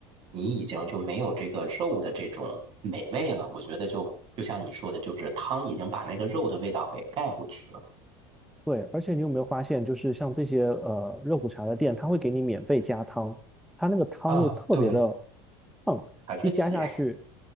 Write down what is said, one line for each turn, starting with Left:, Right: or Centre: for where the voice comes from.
Right: 你已经就没有这个肉的这种美味了。我觉得就就像你说的，就是汤已经把那个肉的味道给盖过去了。
Centre: 对，而且你有没有发现，就是像这些呃热骨茶的店，它会给你免费加汤，它那个汤又特别的
Right: 啊，对，
Centre: 烫，
Right: 还是咸。
Centre: 一加下去，